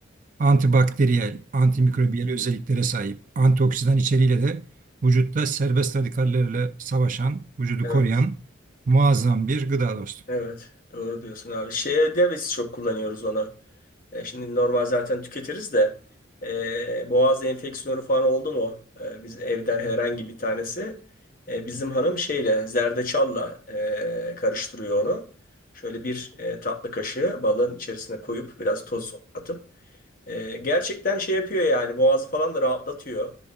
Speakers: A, on the right (about 40°); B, on the left (about 45°).
A: antibakteriyel, antimikrobiyel özelliklere sahip, antioksidan içeriğiyle de vücutta serbest radikallerle savaşan, vücudu
B: Evet.
A: koruyan muazzam bir gıda dostum.
B: Evet. Doğru diyorsun abi. Şeyde biz çok kullanıyoruz onu. E, şimdi normal zaten tüketiriz de e, boğaz enfeksiyonu falan oldu mu? e, biz evden herhangi bir tanesi e, bizim hanım şeyle zerdeçalla e, karıştırıyor onu. Şöyle bir e, tatlı kaşığı balın içerisine koyup biraz toz atıp Ee, gerçekten şey yapıyor yani boğazı falan da rahatlatıyor.